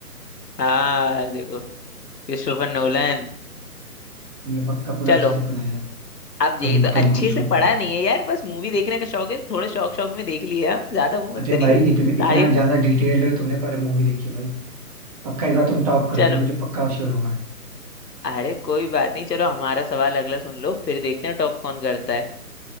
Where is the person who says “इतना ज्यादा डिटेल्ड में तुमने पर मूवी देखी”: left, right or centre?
Right